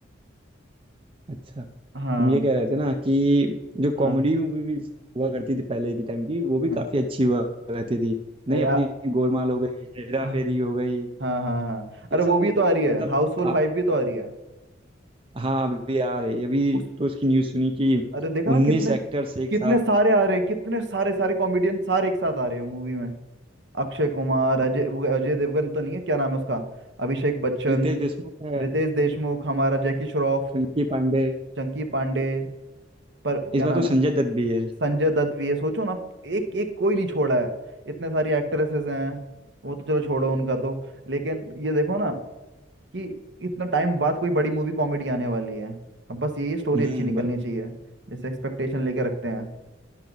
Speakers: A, on the right (about 30°); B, on the right (about 60°).
A: अच्छा
B: हाँ
A: हम ये कह रहे थे ना कि जो
B: हाँ
A: कॉमेडी मूवी भी हुआ करती थी पहले के टाइम की वो भी
B: हाँ
A: काफी अच्छी हुआ करती थी
B: अरे,
A: नहीं अपनी
B: आ-
A: गोलमाल हो गई हेरा
B: हाँ
A: फेरी हो गई
B: हाँ हाँ हाँ। अरे
A: ये सब
B: वो
A: मूवीज
B: भी तो आ रही
A: भी
B: है
A: मतलब
B: हाउसफुल
A: काफी
B: फाइव भी तो आ रही है
A: हाँ अभी आ रही अभी
B: उस
A: तो उसकी न्यूज़ सुनी कि
B: अरे देखा
A: उन्नीस
B: ना कितने
A: एक्टर्स एक
B: कितने
A: साथ
B: सारे आ रहे हैं कितने सारे सारे कॉमेडियन सारे एक साथ आ रहे हैं मूवी में अक्षय कुमार अजय वो अजय देवगन तो नहीं है क्या नाम है उसका अभिषेक बच्चन
A: रितेश देशमुख है
B: रितेश देशमुख हमारा जैकी श्रॉफ
A: चंकी पांडे
B: चंकी पांडे पर
A: इस
B: क्या
A: बार
B: नाम
A: तो संजय
B: है
A: दत्त भी है
B: संजय दत्त भी है सोचो ना एक एक कोई नहीं छोड़ा है इतने सारी एक्ट्रेसेस हैं वो तो चलो छोड़ो उनका तो लेकिन ये देखो ना कि इतना टाइम बाद कोई बड़ी मूवी कॉमेडी आने वाली है अब बस यही स्टोरी
A: हम्म
B: अच्छी निकलनी चाहिए जैसे एक्सपेक्टेशन लेके रखते हैं